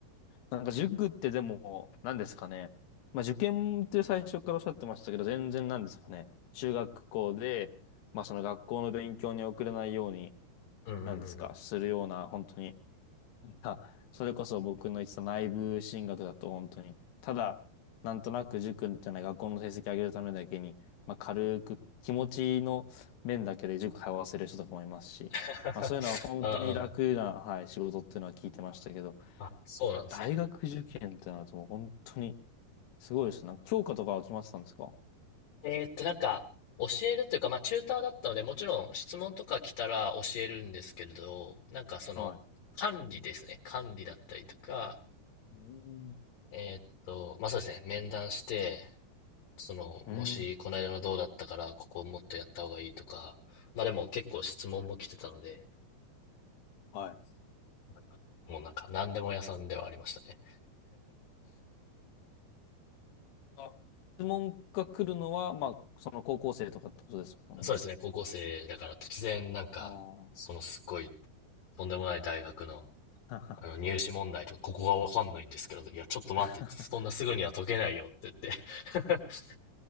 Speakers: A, on the left (about 85°); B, on the left (about 65°).
A: なんか塾ってでも、何ですかね。まあ受験って最初からおっしゃってましたけど、全然なんですかね。中学校で、まあその学校の勉強に遅れないように、
B: うんうんうんうん。
A: 何ですか、するような、本当になんかそれこそ僕の言ってた内部進学だと本当に、ただ、なんとなく塾じゃない学校の成績上げるためだけに、まあ軽く気持ちの面だけで塾通わせる人とかもいますし、
B: <laughs>
A: まあそういうのは本当に楽な、
B: あ
A: はい、仕事っていうのは聞いてましたけど、
B: あ、あ、そうなんですね。
A: 大学受験ってなるともう本当にすごいですね。なんか教科とかは決まってたんですか
B: えーっと、なんか、教えるというか、まあ、チューターだったので、もちろん質問とか来たら教えるんですけれど、なんかその、
A: はい。
B: 管理ですね。管理だったりとか、
A: うん。
B: えーっと、まあ、そうですね。面談して、その、
A: うん。
B: もし、この間のどうだったから、ここもっとやった方がいいとか、まあ、でも結構質問も来てたので、
A: はい。
B: なんか、もうなんか、何でも屋さんではありましたね。
A: あ質問が来るのは、まあ、その高校生とかってことですもんね。
B: そうですね。高校生だから突然、なんか、
A: あ
B: そのすっごい、とんでもない大学の、
A: あ。
B: あの入試問題とか、
A: <laughs>
B: ここがわかんないんですけど、いや、ちょっと待って、
A: <laughs>
B: そんなすぐには解けないよって言って <laughs>